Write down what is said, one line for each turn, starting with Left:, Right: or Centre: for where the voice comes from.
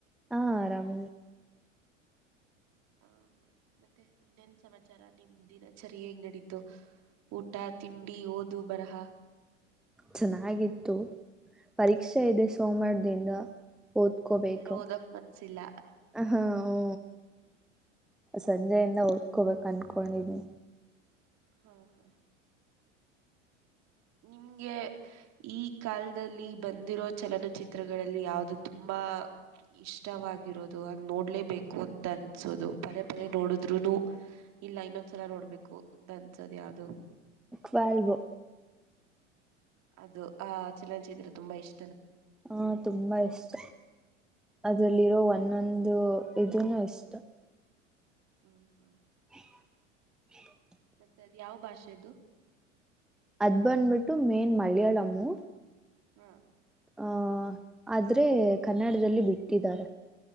Centre: ಹಾ ಆರಾಮ
Right: ಹ ಮತ್ತೆ ಇನ್ನೇನ್ ಸಮಾಚಾರ ನಿಮ್ಮ ದಿನಚರಿ ಹೇಗ್ ನಡೀತು ಊಟ ತಿಂಡಿ ಓದು ಬರಹ.
Centre: ಚೆನ್ನಾಗಿತ್ತು. ಪರೀಕ್ಷೆ ಇದೆ ಸೋಮಾರ್ ದಿಂದ ಓದ್ಕೋಬೇಕು
Right: ಅಂದ್ರೆ ಓದಕ್ ಮನ್ಸಿಲ್ಲ
Centre: ಅಹಾ ಹು ಸಂಜೆಯಿಂದ ಓದ್ಕೋಬೇಕು ಅನ್ ಕೊಂಡಿದೀನಿ
Right: ಹಾ ಹಾ ನಿಮ್ಗೆ ಈ ಕಾಲದಲ್ಲಿ ಬಂದಿರೋ ಚಲನಚಿತ್ರಗಳಲ್ಲಿ ಯಾವ್ದು ತುಂಬಾ ಇಷ್ಟವಾಗಿರೋದು ಹಾಗ ನೋಡ್ಲೇಬೇಕು ಅಂತ ಅನ್ಸೋದು ಪದೇ ಪದೇ ನೋಡುದ್ರುನು ಇಲ್ಲ ಇನ್ನೊಂದ್ಸಲ ನೋಡ್ಬೇಕು ಅಂತ ಅನ್ಸೋದು ಯಾವ್ದು.
Centre: ವಾಲ್ವೋ
Right: ಅದು ಆ ಚಲನಚಿತ್ರ ತುಂಬಾ ಇಷ್
Centre: ಹ ತುಂಬಾ ಇಷ್ಟ ಅದ್ರಲ್ಲಿರೋ ಒನ್ ನ್ನೊಂದು ಇದುನು ಇಷ್ಟ.
Right: ಹ್ಮ ಹ್ಮ
Centre: <inaudible>
Right: ಮತ್ತೆ ಅದ ಯಾವ ಭಾಷೆದು.
Centre: ಅದ್ ಬಂದ್ಬಿಟ್ಟು ಮೇನ್ ಮಲ್ಯಾಳಮ್ಮು
Right: ಹ್ಮ
Centre: ಆಹ ಆದ್ರೆ ಕನ್ನಡದಲ್ಲಿ ಬಿಟ್ಟಿದ್ದಾರೆ.